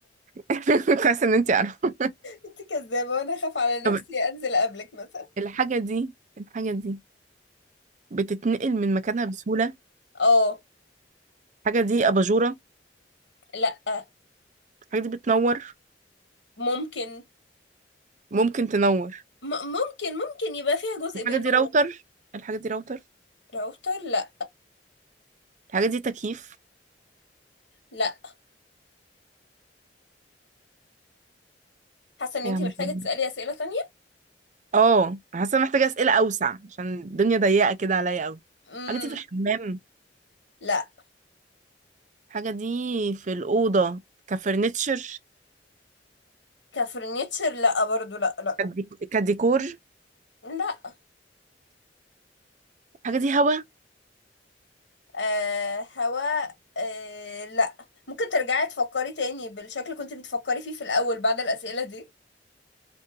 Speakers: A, on the right (about 45°); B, on the left (about 80°).
A: <laughs> كويس ان انت عارفه
B: انت كذابة وانا اخاف على نفسي
A: طب
B: انزل قبلك مثلا
A: الحاجه دي الحاجه دي بتتنقل من مكانها بسهوله
B: اه
A: الحاجه دي اباجوره
B: لا
A: الحاجه دي بتنور
B: ممكن
A: ممكن تنور
B: م ممكن ممكن يبقى فيها جزء
A: الحاجه
B: بينور
A: دي راوتر الحاجه دي راوتر
B: راوتر لا
A: الحاجه دي تكييف
B: لا حاسة ان
A: يا
B: انت
A: مطلع
B: محتاجة تسألي اسئلة تانية
A: اه حاسه محتاجه اسئله اوسع عشان الدنيا ضيقه كده عليا قوي
B: امم
A: الحاجه دي في الحمام
B: لا
A: الحاجه دي في الاوضه كفرنتشر
B: كفرنيتشر لا برضو لا لا
A: كديك- كديكور
B: لا
A: الحاجه دي هوا
B: آه هواء آه لا ممكن ترجعي تفكري تاني بالشكل اللي كنت بتفكري فيه في الاول بعد الاسئلة دي